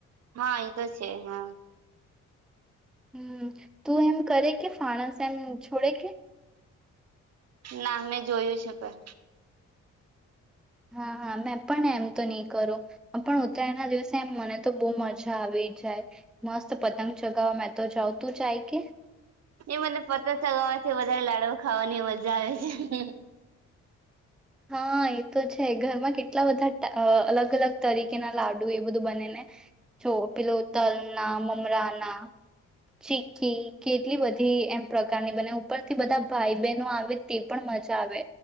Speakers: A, on the right; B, in the centre.
A: હા એ તો છે હા.
B: હમ્મ. તું એમ કરે કે ફણસ એમ છોડે કે
A: ના મેં જોયું છે પણ
B: હા હા મેં પણ એમ તો નહી કરું, પણ ઉત્તરાયણ ના દિવસે એમ મને તો બહ મજા આવી જાય મસ્ત પતંગ ચગાવવા તો જાઉં તું જાય કે
A: એ મને પતા ચગવા થી વધારે લાડુ ખાવાની મજા આવે છે.
B: હા એ તો છે ઘરમાં કેટલા બધા અલગ અલગ તરીકે ના લાડુ એ બધું બને ને જો પેલો તલના, મમરાના, ચીકી કેટલી બધી એમ પ્રકારની બને ઉપરથી બધા ભાઈ બહેનો આવે તે પણ મજા આવે